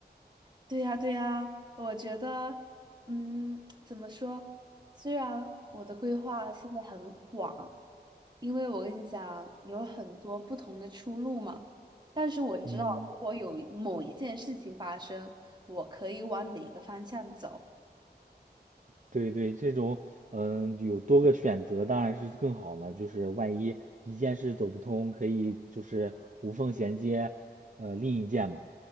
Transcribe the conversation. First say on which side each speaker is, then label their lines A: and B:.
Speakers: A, on the right; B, on the right.
A: 对呀，对呀，我觉得，嗯，怎么说？虽然我的规划现在很广，因为我跟你讲，有很多不同的出路嘛。但是我知道，
B: 嗯。
A: 如果有某一件事情发生，我可以往哪个方向走。
B: 对对，这种嗯有多个选择当然是更好呢。就是万一一件事走不通，可以就是无缝衔接，呃另一件嘛，